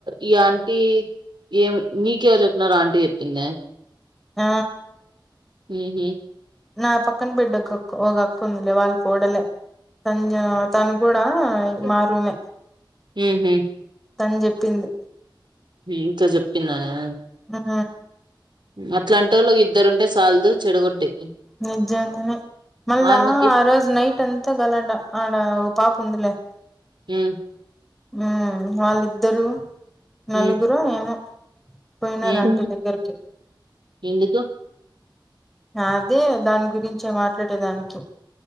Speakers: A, on the right; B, in the centre.
A: ఈ ఆంంట ఏం నీక ఎవరు చెప్తున్నారో ఆంటీ చెప్పింది
B: ఆ
A: హ
B: నా పక్కన బిడ్కి గాకుందిలే వాళ్ళకడలే త తను కూడా
A: ఓకే.
B: మారుమే
A: ఉహు
B: తని చెప్పింది
A: ఇకా చెప్పింద న
B: ఆ
A: అట్లాంట వాళ్ళ ఇద్దరుంటే సల్దు చెడగొట్టి
B: నిజంగానే మళ్ళా
A: ఆమెకి
B: ఆ రోజు నైట్ అంతా గలట ఆడ పాప ఉందిలే
A: హ
B: ఉ వాళ్ళిద్దరు నలుగురు
A: ఉమ్
B: ఏమ పోయినార
A: ఉమ్
B: అంటు దగ్గరికి
A: ఎందుకు
B: అదే దాని గురించి మాట్లాడేదానికి